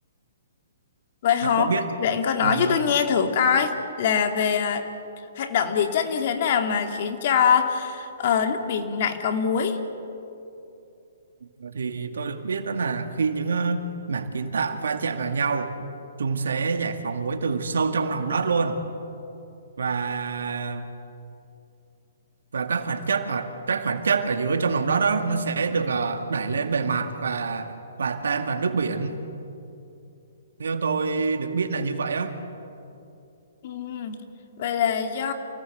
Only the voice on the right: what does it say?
và có biết
ừm,
ờ, thì tôi được biết đó là khi những ờ, mảng kiến tạo va chạm vào nhau chúng sẽ giải phóng muối từ sâu trong lòng đất luôn và và các khoáng chất ở các khoáng chất ở dưới trong lòng đất đó nó sẽ được ờ, đẩy lên bề mặt và hòa tan vào nước biển theo tôi được biết là như vậy á